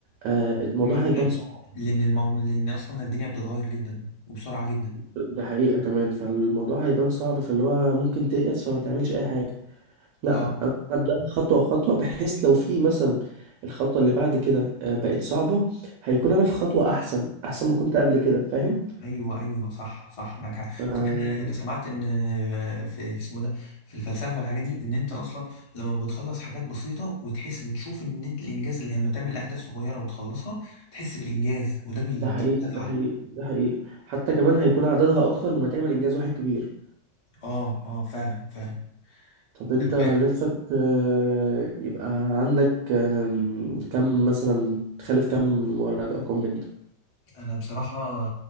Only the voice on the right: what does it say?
أه الموضوع
هيبان صعب
ده حقيقة كمان فالموضوع هيبان صعب فاللي هو ممكن تيأس فما تعملش أي حاجة لا
أنا أبدأ خطوة خطوة بحيث لو في مثلا الخطوة اللي بعد كده آه، بقت صعبة هيكون أنا في خطوة أحسن أحسن ما كنت قبل كده فاهم؟
آه
ده حقيقة
ده حقيقة ده حقيقة حتى كمان هيكون عددها أكتر لما تعمل إنجاز واحد كبير
طب أنت
نفسك آه، يبقى عندك آم، كم مثلا تخلف كم ولد أو كم بنت؟